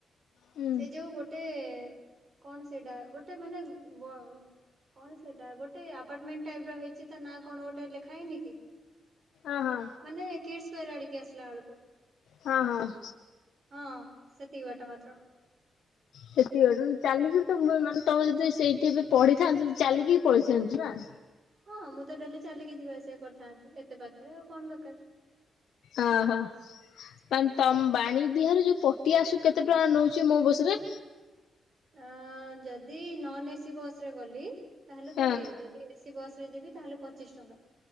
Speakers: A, on the left; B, on the right.
A: ହୁଁ
B: ସେଇ ଯୋଉ ଗୋଟେ କଣ ସେଇଟା? ଗୋଟେ ମାନେ ବ କଣ ସେଇଟା ଗୋଟେ ଆପାର୍ଟମେଣ୍ଟ ଟାଇପ୍ ର ହେଇଚି ତା ନାଁ କଣ ଗୋଟେ ଲେଖା ହେଇନି କି?
A: ଓ ହଁ।
B: ମାନେ କିଡ୍ସ ସ୍କୋୟାର ଆଡିକି ଆସିଲ ବେଳକୁ।
A: ହଁ, ହଁ।
B: ହଁ ସେତିକି ବାଟ ମାତ୍ର।
A: ସେତିକି ବାଟ, ଚାଲିକି ବି ତୋମେ ମାନେ ତୋମେ ଯଦି ସେଇଠି ଏବେ ପଢିଥାନ୍ତୁ ଚାଲିକି ପଳେଇଥାନ୍ତୁ ନା?
B: ହଁ ମୁଁ ତ ଡେଲି ଚାଲିକି ଯିବା ଆସିବା କରିଥାନ୍ତି ଏତେ ପାଖରେ ଆଉ କଣ ଦରକାର।
A: ଓହୋ। ମାନ ତୋମ ବାଣୀ ବିହାର ଯୋଉ ପଟିଆ ଆସୁ କେତେ ଟଙ୍କା ନଉଚି ମୋ ବସ୍ ରେ?
B: ଅ, ଯଦି ନନ୍ ଏସି ବସ୍ ରେ ଗଲି ତାହେଲେ
A: ହଁ
B: କୋଡିଏ, ଯଦି ଏସି ବସ୍ ରେ ଯିବି ତାହେଲେ ପଚିଶ ଟଙ୍କା।